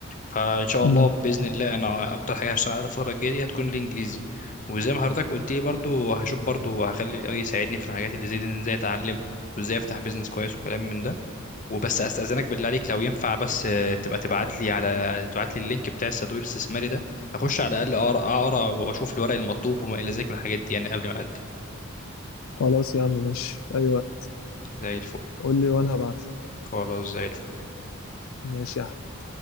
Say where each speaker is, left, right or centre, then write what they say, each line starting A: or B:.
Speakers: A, on the left; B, on the left.
A: فان شاء
B: امم
A: الله باذن الله انا اكتر حاجه هشتغل عليها الفتره الجايه دي هتكون الانجليزي وزي ما حضرتك قلت لي برضو هشوف برضو هخلي الاي يساعدني في الحاجات اللي زي دي إن ازاي اتعلم وازاي افتح بيزنس كويس وكلام من ده وبس استاذنك بالله عليك لو ينفع بس آه، تبقى تبعت لي على تبعت لي اللينك بتاع الصندوق الاستثماري ده اخش على الاقل اقرا اقرا واشوف الورق المطلوب وما الى ذلك والحاجات دي يعني قبل ما اقدم
B: خلاص يا عم ماشي أيوة
A: زي الفل
B: قول لي وأنا هبعتلك
A: خلاص زي الفل
B: ماشي يا أحمد